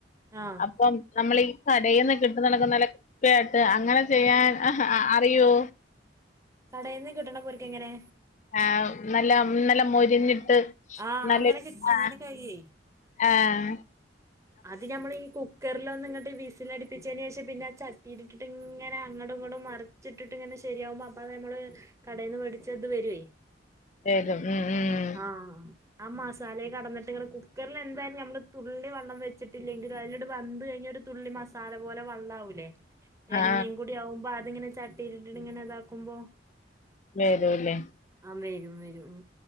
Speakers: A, on the right; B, on the left.
A: ആഹ്
B: അപ്പം നമ്മളീ കടയിൽന്ന് കിട്ട നടക്കുന്ന നല്ല കൃസ്പ്പയായിട്ട് അങ്ങനെ ചെയ്യാൻ അറിയോ?
A: കടയിൽന്ന് കിട്ടണ പോക്ക് എങ്ങനെ?
B: ആ നല്ല നല്ല മൊരിഞ്ഞിട്ട്
A: ആഹ്
B: നല്ലരു
A: അങ്ങനെ അങ്ങനെ
B: ആ
A: കഴിയേ
B: ആഹ്
A: അത് ഞമ്മളി ഈ കുക്കറിൽ ഒന്ന്‌ ഇങ്ങട്ട് വിസി ച അടിപ്പിച്ചതിന് ശേഷം പിന്നെ ആ ചട്ടിയിട്ടിട്ടിട്ട ഇങ്ങനെ അങ്ങടും ഇങ്ങടും മറിച്ചിട്ടിട്ട് ഇങ്ങനെ ശരിയാകുമ്പോൾ അത് നമ്മള് കടയിന്ന്‌ നിന്ന് വേടിച്ചത് വരോ
B: വരും ഉം ഉം
A: ആഹ് ആ മസാല കടന്നിട്ട് ഇങ്ങനെ കുക്കറിൽ എന്തായാലും നമ്മള് തുള്ളി വെള്ളം വെച്ചിട്ടില്ലെങ്കിൽ അതിലോട് വന്ന കഴിഞ്ഞ ഒരു തുള്ളി മസാല പോലെ വള്ളാവൂലേ എണ്ണം
B: ആ
A: കൂടി ആകുമ്പോ അതിങ്ങനെ ചട്ടി ഇട്ടിട്ടു ഇങ്ങനെ ഇതാക്കുമ്പോ
B: വെരുല്ലേ
A: ആഹ് വെരും വെരും